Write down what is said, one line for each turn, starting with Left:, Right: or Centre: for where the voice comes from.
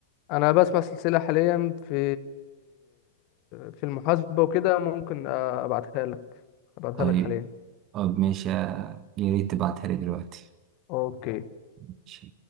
Left: انا بسمع سلسلة حاليا في في المحاسبة وكده ممكن آه، ابعتها لك ابعتها
Right: طيب
Left: لك حاليا
Right: طب ماشي يا ريت تبعتها لي دلوقتي
Left: اوكي
Right: ماشي.